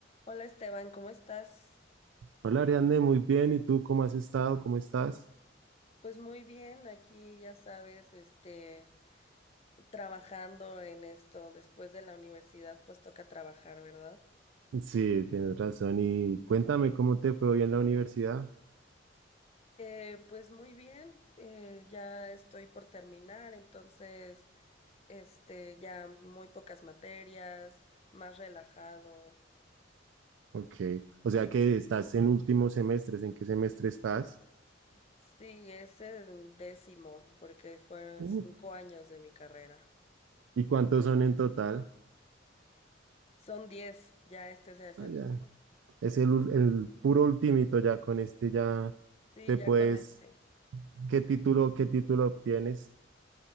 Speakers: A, on the left; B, on the right.
A: Hola Esteban, ¿cómo estás?
B: Hola Ariadne, muy bien. ¿Y tú cómo has estado? ¿Cómo estás?
A: Pues muy bien, aquí ya sabes, este, trabajando en esto después de la universidad, pues toca trabajar, ¿verdad?
B: Sí, tienes razón. Y cuéntame cómo te fue hoy en la universidad.
A: Eh, pues muy bien, eh, ya estoy por terminar, entonces, este, ya muy pocas materias, más relajado.
B: Ok. O sea que estás en últimos semestres. ¿En qué semestre estás?
A: Sí, es el décimo, porque fueron
B: Uh.
A: cinco años de mi carrera.
B: ¿Y cuántos son en total?
A: Son diez, ya este se hace
B: Ah,
A: el
B: ya.
A: último.
B: Es el, ul- el puro ultimito ya. Con este ya
A: Sí,
B: te puedes.
A: ya con este.
B: ¿Qué título, qué título obtienes?